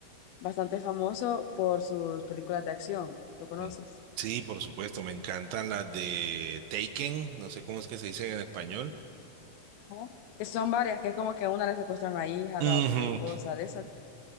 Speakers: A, on the left (about 85°); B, on the right (about 80°).
A: bastante famoso por sus películas de acción. ¿Lo conoces?
B: Mm. Sí, por supuesto, me encantan las de Taken, no sé cómo es que se dicen en español.
A: ¿no? Que son varias, que es como que a una le secuestran a la hija,
B: Ujú.
A: a la otra a la esposa, de esas